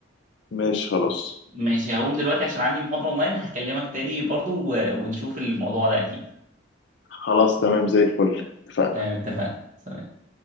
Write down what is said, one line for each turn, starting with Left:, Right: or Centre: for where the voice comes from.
Left: ماشي خلاص
Right: ماشي هقوم دلوقتي عشان عندي محاضرة اونلاين هكلمك تاني برضو و- ونشوف الموضوع ده اكيد
Left: خلاص تمام زي الفل اتفقنا
Right: تمام اتفقنا سلام.